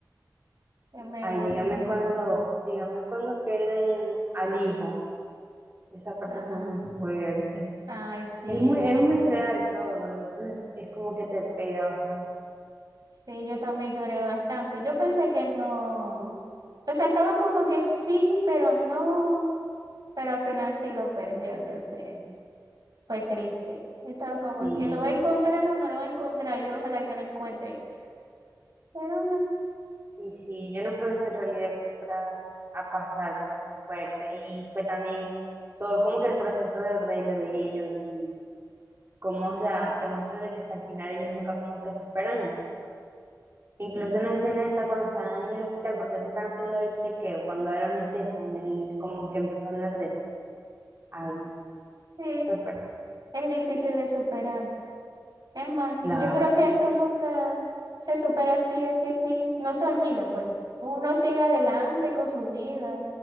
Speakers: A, on the right; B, on the right.
A: que me
B: Ay,
A: gusta.
B: dígame cuando, dígame cuando pierden al hijo. Esa parte
A: Ah,
B: fue muy fuerte.
A: ay, sí.
B: Es muy, es muy real todo, entonces es como que te pega bastante.
A: Sí, yo también lloré bastante. Yo pensé que no. O sea, estaba como que sí, pero no. Pero al final sí lo perdió, entonces fue triste. Yo estaba como
B: Sí,
A: que lo va a encontrar o no lo va a encontrar. Yo ojalá que lo encuentre. Pero no,
B: y sí, yo no pensé en realidad que fuera a pasar, pero fue fuerte. Y fue también todo como que el proceso de duelo de ellos y cómo, o sea, te muestran de que hasta el final ellos nunca como que superan eso. Incluso
A: sí,
B: en la escena esta cuando están en el hospital, porque se están haciendo el chequeo, cuando era anestesia, él como que empezó a hablar de eso. Ay, no,
A: sí,
B: fue fuerte.
A: es difícil de superar. Es más,
B: Claro.
A: yo creo que eso nunca se supera así, así, así. No se olvida, pues. Uno sigue adelante con su vida,